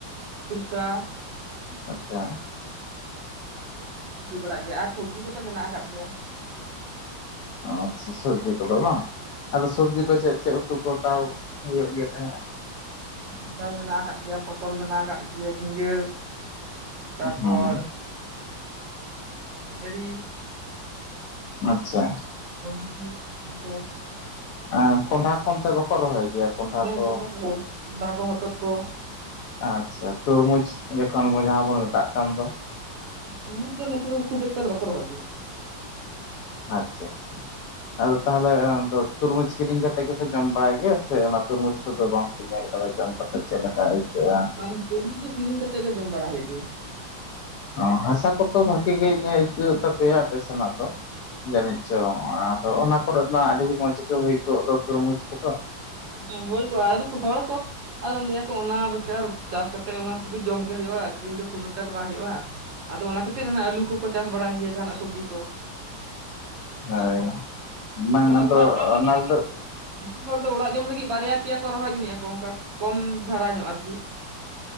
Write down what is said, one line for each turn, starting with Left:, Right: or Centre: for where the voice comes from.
Right: ᱥᱚᱨᱥᱟ
Left: ᱟᱪᱪᱷᱟ
Right: ᱚᱱᱟ ᱠᱚ ᱦᱩᱭ ᱵᱟᱲᱟᱜ ᱜᱮᱭᱟ ᱟᱨ ᱥᱚᱵᱽᱡᱤ ᱠᱚᱛ ᱢᱮᱱᱟᱜ ᱟᱠᱟᱫ ᱜᱮᱭᱟ
Left: ᱟᱪᱪᱷᱟ ᱥᱚᱵᱽᱡᱤ ᱠᱚᱫᱚ ᱵᱟᱝ ᱟᱫᱚ ᱥᱚᱵᱡᱤ ᱠᱚ ᱪᱮᱫ ᱪᱮᱫ ᱩᱛᱩ ᱠᱚᱚᱛᱟᱣ ᱦᱩᱭᱩᱜ ᱜᱮᱭᱟ ᱛᱟᱦᱮᱸᱫᱼᱟ
Right: ᱵᱮᱸᱜᱟᱲ ᱢᱮᱱᱟᱜ ᱟᱠᱟᱫ ᱜᱮᱭᱟ ᱯᱚᱴᱚᱞ ᱢᱮᱱᱟᱜ ᱟᱠᱟᱫ ᱜᱮᱭᱟ ᱡᱷᱤᱸᱜᱟᱹ ᱛᱟᱨᱯᱚᱨ
Left: ᱦᱮᱸ
Right: <unintelligible>
Left: ᱟᱪᱪᱷᱟ
Right: ᱵᱚᱨᱵᱚᱴᱤ ᱚᱱᱟ ᱠᱚ
Left: ᱟᱨ ᱠᱚᱸᱰᱷᱟ ᱠᱚ ᱚᱱᱛᱮ ᱵᱟᱠᱚ ᱨᱚᱦᱚᱭ ᱜᱮᱭᱟ᱾ ᱠᱚᱸᱰᱷᱟ
Right: ᱦᱮᱸᱻ
Left: ᱠᱚ?
Right: ᱠᱚᱸᱦᱱᱰᱟ ᱠᱚ ᱦᱚᱛᱚᱛ ᱠᱚ
Left: ᱟᱪᱷᱟ ᱛᱚᱨᱢᱩᱡᱽ ᱡᱚᱠᱷᱚᱱ ᱡᱟᱦᱟᱸ ᱵᱚᱱ ᱢᱮᱛᱟᱜ ᱠᱟᱱ ᱫᱚ᱾
Right: <unintelligible> ᱫᱚ ᱱᱚᱛ ᱫᱚ ᱠᱷᱩᱵ ᱮᱠᱴᱟ ᱵᱟᱠᱚ ᱨᱚᱦᱚᱭ ᱡᱮ
Left: ᱟᱪᱪᱷᱟ ᱟᱪᱪᱷᱟ ᱟᱫᱚ ᱛᱟᱦᱚᱞᱮ ᱛᱩᱨᱢᱩᱡᱽ ᱠᱤᱨᱤᱧ ᱠᱟᱛᱮᱜ ᱜᱮᱯᱮ ᱡᱚᱢ ᱵᱟᱲᱟᱭ ᱜᱮᱭᱟ ᱥᱮ ᱚᱱᱟ ᱛᱩᱨᱢᱩᱡᱽ ᱠᱚᱫᱚ ᱵᱟᱝ <unintelligible> ᱪᱮᱫ ᱞᱮᱠᱟᱟᱭᱤᱛᱣᱟ
Right: ᱵᱟᱝ ᱛᱩᱨᱢᱩᱡ ᱫᱚ ᱠᱤᱨᱤᱧ ᱠᱟᱛᱮᱜ ᱜᱮ ᱡᱚᱢ ᱵᱟᱲᱟ ᱦᱩᱭᱩᱜ ᱜᱮᱭᱟ᱾
Left: ᱚ ᱦᱟᱥᱟ ᱠᱚᱛᱚ ᱵᱷᱟᱜᱤ ᱜᱮᱧᱟᱹᱜ ᱟᱹᱭᱠᱟᱹᱜ ᱛᱟᱯᱮᱭᱟ ᱟᱯᱮ ᱥᱮᱱᱟᱜ ᱫᱚ ᱡᱟᱹᱱᱤᱡ ᱪᱚᱝ ᱟ ᱚᱱᱟ ᱠᱚᱨᱮ ᱢᱟ ᱟᱹᱰᱤ ᱢᱚᱡᱽ ᱜᱮ ᱦᱩᱭ ᱠᱚᱜ ᱫᱚ ᱛᱟᱹᱢᱩᱡᱽ ᱠᱚᱫᱚ
Right: ᱦᱮᱸ ᱦᱚᱭ ᱠᱚ ᱟᱨ ᱠᱚ ᱦᱚᱲ ᱠᱚ ᱟᱫᱚ ᱞᱟᱹᱭᱟᱠᱚ ᱚᱱᱟ ᱵᱮᱠᱟᱨ ᱪᱟᱥ ᱠᱟᱛᱮᱫ ᱚᱱᱟ ᱥᱩᱫᱩ ᱡᱚᱢ ᱜᱮ ᱦᱩᱭᱩᱜᱼᱟ ᱟᱹᱠᱷᱨᱤᱧ ᱫᱚ ᱠᱷᱩᱵ ᱵᱮᱠᱟᱨ ᱫᱚ ᱵᱟᱝ ᱦᱩᱭᱩᱜᱼᱟ ᱟᱫᱚ ᱚᱱᱟ ᱠᱷᱟᱹᱛᱤᱨ ᱟᱹᱞᱩ ᱠᱚᱠᱚ ᱪᱟᱥ ᱵᱟᱲᱟᱭ ᱜᱮᱭᱟ ᱡᱟᱦᱟᱱᱟᱜ ᱥᱚᱵᱽᱡᱤ ᱠᱚ
Left: ᱦᱳᱭ ᱵᱟᱝ
Right: ᱢᱟᱱᱮ
Left: ᱟᱫᱚ
Right: ᱚᱲᱟᱜ ᱡᱚᱢ ᱞᱟᱹᱜᱤᱫ
Left: ᱚᱱᱟ
Right: ᱫᱚ
Left: ᱨᱮᱫᱚ
Right: ᱠᱤᱪᱷᱩ ᱠᱤᱪᱷᱩ ᱦᱚᱲ ᱫᱚ ᱚᱲᱟᱜ ᱡᱚᱢ ᱞᱟᱹᱜᱤᱫ ᱵᱟᱨᱭᱟ ᱯᱮᱭᱟ ᱠᱚ ᱨᱚᱦᱚᱭ ᱡᱚᱱᱤᱡᱼᱟ ᱠᱚ ᱚᱱᱠᱟ ᱠᱚᱢ ᱫᱷᱟᱨᱟ ᱧᱚᱜ ᱟᱨᱠᱤ ᱾